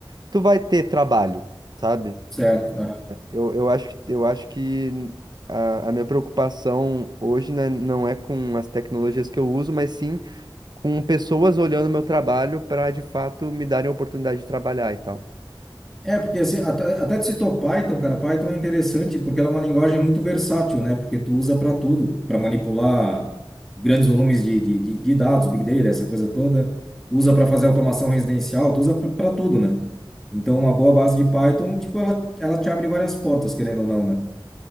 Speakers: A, on the right; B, in the centre.
A: tu vai ter trabalho, sabe?
B: Certo.
A: Eu, eu acho, que- eu acho que a, a minha preocupação hoje, né, não é com as tecnologias que eu uso, mas sim com pessoas olhando meu trabalho para de fato me darem a oportunidade de trabalhar e tal.
B: É, porque assim, até, até tu citou Python, cara, Python é interessante porque ela é uma linguagem muito versátil, né? Porque tu usa para tudo, para manipular grandes volumes de, de, de- de dados, Big Data, essa coisa toda. Usa para fazer automação residencial, tu usa para tudo, né? Então, uma boa base de Python, tipo, ela, ela te abre várias portas, querendo ou não, né?